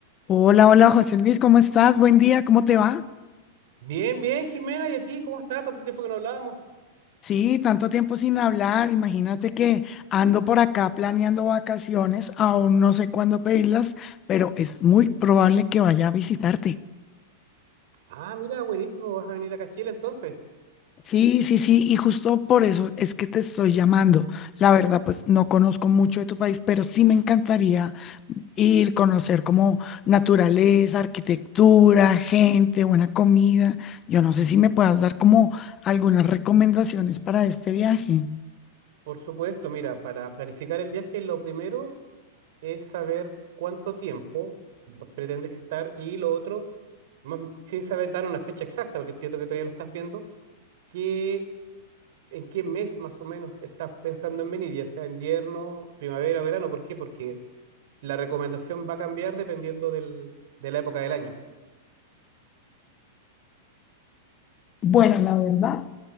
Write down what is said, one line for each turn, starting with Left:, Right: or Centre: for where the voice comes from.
Left: Hola, hola José Luis, ¿cómo estás? Buen día, ¿cómo te va?
Right: Bien, bien, Jimena, ¿y a ti? ¿Cómo estás? Tanto tiempo que no hablábamos.
Left: Sí, tanto tiempo sin hablar. Imagínate que ando por acá planeando vacaciones, aún no sé cuándo pedirlas, pero es muy probable que vaya a visitarte.
Right: Ah, mira, buenísimo, vas a venir acá a Chile entonces.
Left: Sí, sí, sí, y justo por eso es que te estoy llamando. La verdad, pues no conozco mucho de tu país, pero sí me encantaría ir, conocer como naturaleza, arquitectura, gente, buena comida. Yo no sé si me puedas dar como algunas recomendaciones para este viaje.
Right: Por supuesto, mira, para planificar el viaje, lo primero es saber cuánto tiempo pretendes estar y lo otro, más, sin saber dar una fecha exacta, porque entiendo que todavía lo estás viendo, que, en qué mes más o menos te estás pensando en venir, ya sea invierno, primavera, verano. ¿Por qué? Porque la recomendación va a cambiar dependiendo del- de la época del año.
Left: Bueno, la verdad,